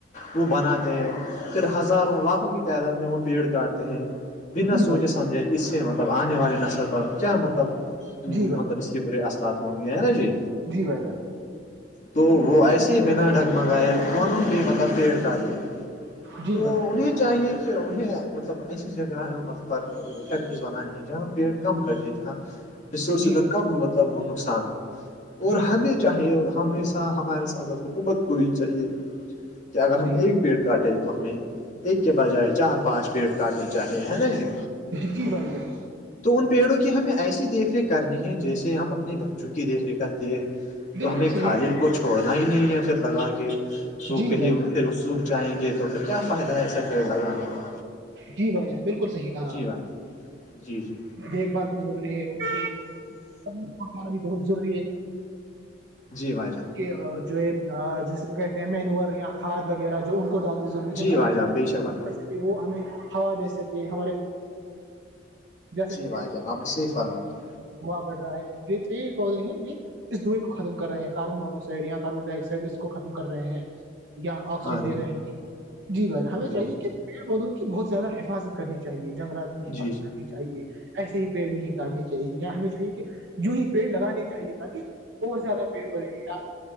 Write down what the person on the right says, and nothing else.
جی
بھائی جان
جی بھائی
جی بھائی جان
جی
بھائی جان
جی
بھائی
جی بھائی
جی
جی بھائی جان
بالکل صحیح
کہا
آپ
نے۔
جی
بھائی جان
جی بھائی جان بالکل صحیح کہاں
آپ
کی
دیکھ بھال بھی ضروری ہے ان کی پنانا بھی بہت ضروری ہے
کہ جو جیسے کہ کہتے ہیں مینور یا کھاد وغیرہ جو ان کو ڈالنی ضروری
ہے
کہ وہ ہمیں ہوا جیس یہ ہمارے جیسے
کہ
ہووا پڑ رہا ہے یہ پیڑ پودے ہیں یہ اس دوئی کو ختم کر رہے ہیں کاربن مانونوکسائڈ یا کاربن ڈائی آکسائڈ اس کو ختم کر رہے ہیں یا آکسیجن
دے رہے
ہیں جی بھائی ہمیں چاہیے
کہ بہت زیادہ حفاظت کرنی چاہیے جنگلات کی حفاظت
کرنی چاہیے ایسے ہی پیڑ نہیں کاٹنے چاہیے اں ہمیں چاہیے کہ ی ہی پیڑ لگانے چاہیے تاکہ اورہت زیادہ بھییڑ بجا